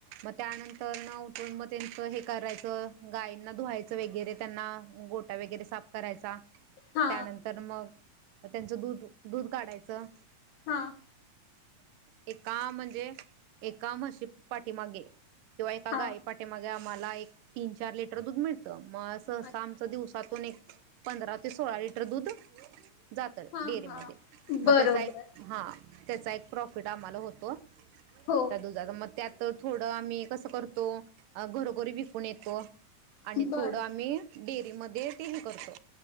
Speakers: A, on the right (about 75°); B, on the left (about 85°).
A: म त्यानंतर नउ पण म तेंच हे करायचं गायींना धुवायचं वेगैरे त्यांना गोटा वेगैरे साफ करायचा.
B: हा
A: त्यानंतर मग त्यांचं दूध दूद काढायचं.
B: हां.
A: एकाआ म्हणजे एका म्हशी पाठीमागे किंवा एका
B: हा
A: गाई पाटी मागे आम्हाला ला एक तीनचार लिटर दूध मिळतं. म सहसा
B: अच्छा,
A: आमचं दिवसात तून एक पंधरा ते सोळा लिटर दुधं जातं
B: हा
A: डेरीमध्ये.
B: हा
A: म
B: बरोबर
A: त्याचा एक हां त्याचा एक प्रॉफिट आमाला होतो.
B: हो
A: त्या <unintelligible> मग त्यात तर थोडं आम्ही कसं करतो, घरोघरी विकून येतो. आणि
B: बरोबर
A: थोडं आम्ही बे मध्ये तेही करतो.